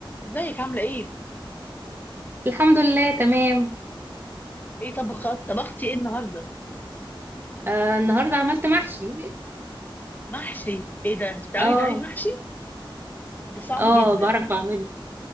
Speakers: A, on the left (about 20°); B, on the right (about 25°).
A: ازيك عاملة ايه؟
B: الحمد لله تمام
A: ايه طبخات طبختي ايه النهاردة؟
B: آه النهارده عملت محشي
A: محشي ايه ده؟
B: <laughs>
A: انت بتعرفي
B: اه
A: تعملي محشي؟ ده صعب
B: اه
A: جدا
B: بعرف اعمله